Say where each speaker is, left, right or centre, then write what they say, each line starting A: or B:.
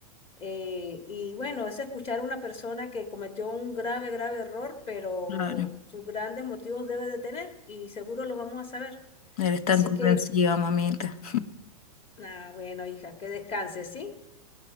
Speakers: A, on the left; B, on the left.
A: Eh, y bueno, es escuchar a una persona que cometió un grave, grave error, pero
B: Claro.
A: sus grandes motivos debe de tener y seguro lo vamos a saber.
B: Eres tan
A: Así
B: comprensiva,
A: que,
B: mamita.
A: ah, bueno, hija, que descanses, ¿sí?